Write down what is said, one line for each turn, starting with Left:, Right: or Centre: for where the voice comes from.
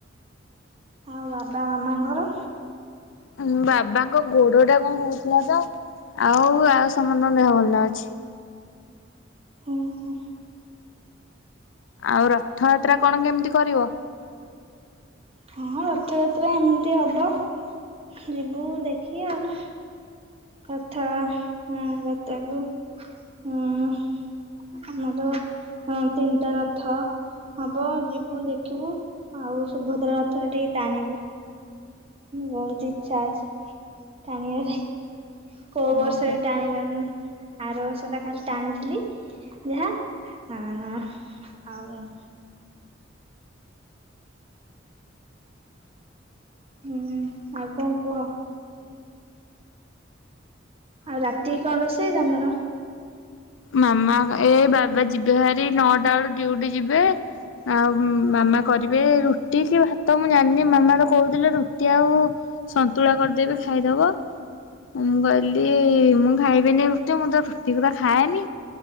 Right: ଆଉ ବାବା ମାମାଙ୍କର?
Left: ହୁଁ ବାବାଙ୍କ ଗୋଡ ଟା କଣ ହଉଥିଲା ତ। ଆଉ ଆଉ ସମସ୍ତଙ୍କ ଦେହ ଭଲ ଅଛି।
Right: ଉଁ ହୁଁ।
Left: ଆଉ ରଥଯାତ୍ରା କଣ କେମିତି କରିବ।
Right: ହଁ ରଥଯାତ୍ରା ଏମିତି ହବ ଯିବୁ ଦେଖି ଆଉ। ରଥ ଯାତ୍ରାକୁ ହୁଁ। ଆମର ତିନିଟା ରଥ। ହବ ଯିବୁ ଦେଖିବୁ ଆଉ ସୁଭଦ୍ରା ରଥରେ ଟିକେ ଟାଣିବୁ। ବହୁତ ଇଚ୍ଛା ଅଛି ଟାଣିଆରେ। କୋଉ ବର୍ଷ
Left: ଓହୋ।
Right: ବି ଟାଣି ପାରୁନି। ଆର ବର୍ଷଟା ଖାଲି ଟାଣିଥିଲି ଯାହା। ହଁ ହଉ। ହୁଁ ହୁଁ ଆଉ କଣ କୁହ? ଆଉ ରାତିକି କଣ ରୋଷେଇ ତମର?
Left: ମାମା ଏ ବାବା ଯିବେ ଭାରି ନଅଟା ବେଳୁ ଡିଉଟି ଯିବେ। ଆଉ ମାମା କରିବେ ରୁଟି କି ଭାତ ମୁଁ ଜାଣିନି। ମାମାଟ କହୁଥିଲେ ରୁଟି ଆଉ ସନ୍ତୁଳା କରିଦେବେ ଖାଇଦବ। ମୁଁ କହିଲି ମୁଁ ଖାଇବିନି ରୁଟି ମୁଁ ତ ରୁଟି ପୁରା ଖାଏନି